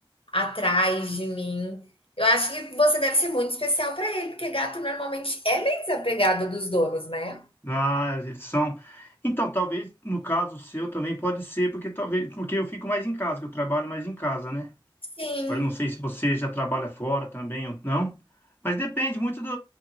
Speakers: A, on the left; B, on the left.
A: atrás de mim. Eu acho que você deve ser muito especial para ele, porque gato normalmente é bem desapegado dos donos, né?
B: ah, eles são. Então, talvez no caso seu também pode ser, porque talvez porque eu fico mais em casa, que eu trabalho mais em casa, né?
A: Sim.
B: Agora eu não sei se você já trabalha fora também ou não, mas depende muito do.